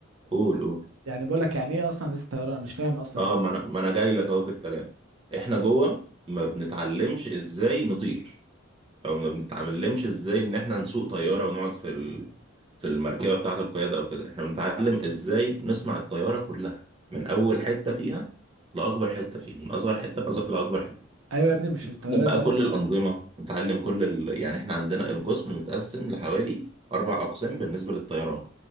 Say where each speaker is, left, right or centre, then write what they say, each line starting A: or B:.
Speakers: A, on the right; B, on the right.
A: قول قول
B: يعني بقول لك يعني ايه اصلا هندسة طيران انا مش فاهم اصلا
A: آه ما أنا ما أنا جاي لك أهو في الكلام إحنا جوه ما بنتعلمش إزاي نطير او ما بنتعلمش ازاي ان احنا نسوق طياره ونقعد في ال... في المركبه بتاعه القياده او كده احنا بنتعلم ازاي نصنع الطياره كلها من اول حته فيها لاكبر حته فيها من اصغر حته لأصغر- لاكبر حته
B: ايوه يا ابني مش
A: نتعلم
B: الطيارة
A: بقى
B: دي اصلا
A: كل الانظمه نتعلم كل ال... يعني احنا عندنا القسم متقسم لحوالي اربع اقسام بالنسبه للطيران